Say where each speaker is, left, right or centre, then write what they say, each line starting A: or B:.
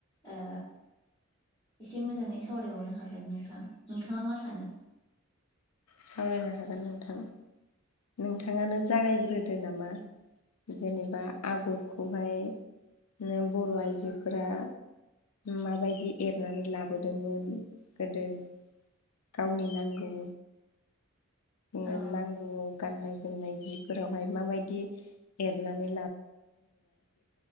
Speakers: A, on the left (about 25°); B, on the left (about 85°).
A: ओ एसे मोजाङै सावरायबावनो हागोन नोंथां नोंथाङा मा सानो
B: सावरायनो हागोन नोंथां नोंथाङानो जागायग्रोदो नामा। जेनेबा आगरखौहाय नो बर' आइजोफोरा माबायदि एरनानै लाबोदोंमोन गोदो गावनि नांगौ। ज
A: औ
B: नांगौआव गाननाय जोमनाय। एरनानै।